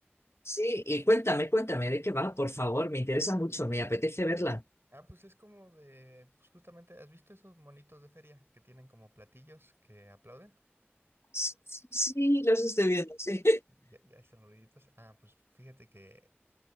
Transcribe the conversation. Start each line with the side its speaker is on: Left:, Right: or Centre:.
Left: Sí, y cuéntame, cuéntame de qué va, por favor, me interesa mucho, me apetece verla.
Right: Ah, pues es como de, pues justamente, ¿has visto esos monitos de feria que tienen como platillos que aplauden?
Left: Sí, sí, sí, los estoy viendo, sí.
Right: Ya, ya están ruiditos Ah, pues fíjate que